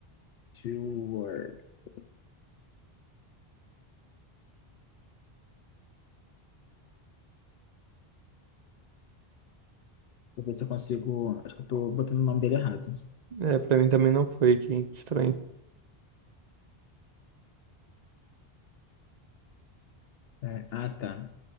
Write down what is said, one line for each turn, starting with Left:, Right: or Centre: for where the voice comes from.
Left: Stewart. Deixa eu ver se eu consigo, acho que eu tô botando o nome dele errado.
Right: é pra mim também não foi quem estranho.
Left: É, ah, tá.